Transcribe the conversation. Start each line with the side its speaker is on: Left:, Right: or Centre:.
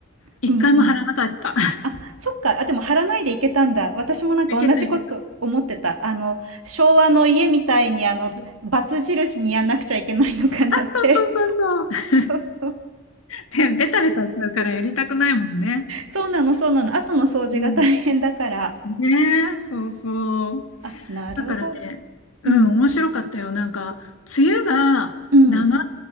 Left: 一回も貼らなかった。
Right: うん、うん。あ、そっか。あ、でも張らないでいけたんだ。私もなんか同じこと思ってた。
Left: <laughs> いけたいけた。
Right: あの、昭和の家みたいにあの、バツ印にやんなくちゃいけないのかなって。
Left: あ、そうそうそうそう。
Right: <laughs> そうそう。
Left: で、ベタベタしちゃうからやりたくないもんね。
Right: そうなの、そうなの。後の掃除が大変だから。
Left: うん。ねえ、そうそう。
Right: あ、なるほど。
Left: だからね、うん、
Right: うん。
Left: 面白かったよ。なんか、梅雨が長
Right: うん。